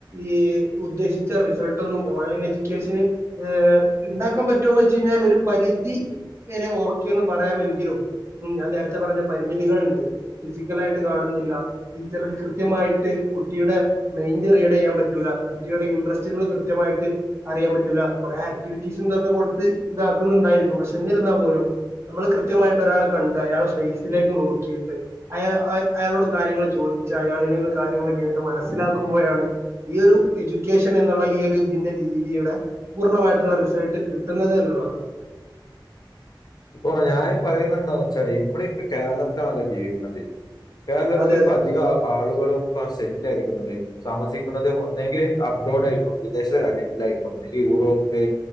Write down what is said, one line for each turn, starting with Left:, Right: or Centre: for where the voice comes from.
Right: ഈ ഉദ്ദേശിച്ച റിസൾട്ടൊന്നും ഓൺലൈൻ എഡ്യൂക്കേഷന് ഏ ഇണ്ടാക്കാൻ പറ്റൊന്നോഴ്ചഴിഞ്ഞാൽ ഒരു പരിധി വരെ ഓക്കെന്ന് പറയാമെങ്കിലും. ഉം ഞാൻ നേരത്തെ പറഞ്ഞ പരിമിതികൾണ്ട്ഫിസിക്കലായിട്ട് കാണുന്നില്ല. ടീച്ചർന് കൃത്യമായിട്ട് കുട്ടിയുടെ മൈൻഡ് റിയേഡ് ചെയ്യാൻ പറ്റൂല കുട്ടിയുടെ ഇൻട്രസ്റ്റുകൾ കൃത്യമായിട്ട് അറിയാൻ പറ്റൂല്ല കുറേ ആ ക്ടിവിറ്റീസും ഇതൊക്കെ കൊടുത്ത് ഇതാക്കുന്നുണ്ടായിരിക്കും പക്ഷെ എന്നിരുന്നാൽ പോലും നമ്മൾ കൃത്യമായിട്ട് ഒരാളെ കണ്ട് അയാളെ ഫെയ്സിലേക്ക് നോക്കിയിട്ട് അയാ അഹ് അയാളോട് കാര്യങ്ങൾ ചോദിച്ച് അയാളിൽ നിന്ന് കാര്യങ്ങൾ കേട്ട് മനസ്സിലാക്കുമ്പോഴാണ് ഈ ഒരു എഡ്യൂക്കേഷൻ എന്നുള്ള ഈ ഒരു ഇതിന്റെ രീതിയുടെ പൂർണ്ണമായിട്ടുള്ള റിസൾട്ട് കിട് ട്ടുന്നത് എന്നുള്ളതാ
Left: ഇപ്പൊ ഞാന് പറയുന്നതെന്താന്ന് വെച്ചാല് നമ്മളിപ്പോ കേരളത്തിലാണല്ലോ ജീവിക്കണത്. കേരളത്തില്
Right: അതെ
Left: ഇപ്പ
Right: അതെ
Left: അധിക ആ ആളുകളും ആ സെറ്റായിരിക്കുന്നത്. താമസിക്കുന്നത് ഒന്നേങ്കില് അബ്റോഡ് ആയിപ്പം വിദേശ രാജ്യങ്ങളിലായിപ്പോ ഒന്നെങ്കി യൂറോപ്പ്,